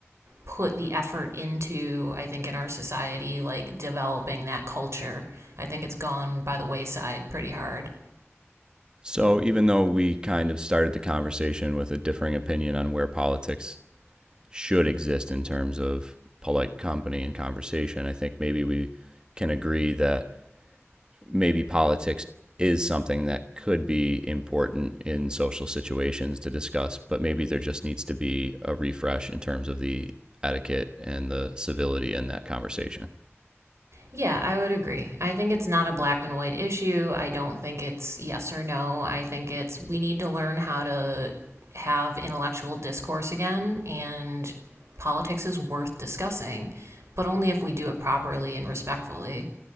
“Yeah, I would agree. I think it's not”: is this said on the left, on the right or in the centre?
Right